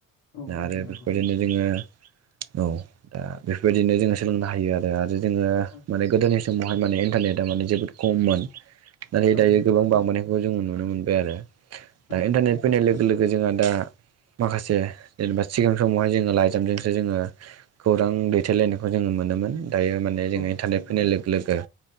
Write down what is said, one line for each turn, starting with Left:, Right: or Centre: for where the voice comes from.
Left: नोंथां
Right: आरो
Left: नंगौ
Right: बेफोरबायदिनो जोङो औ दा बेफोरबायदिनो जोङो सोलोंनो हायो आरो दादि नोंङो
Left: औ
Right: माने गोदोनि समावहाय माने इन्टारनेटआ माने जोबोद खममोन नाथाय
Left: नोंथां
Right: दायो
Left: नंगौ औ नोंथां
Right: गोबां बांबोनायखौ जों नुनो मोनबाय आरो
Left: औ
Right: दा इन्टारनेट
Left: नोंथां
Right: फैनाय लोग गो लोगो जोंहा दा माखासे जेनेबा सिगां समावहाय जोङो लाइजामजोंसो जोङो दां दैथायलायनायखौ जोङो मोनोमोन दायो माने जोङो
Left: औ नोंथां
Right: इनथारनेट फैनाय लोग लोगो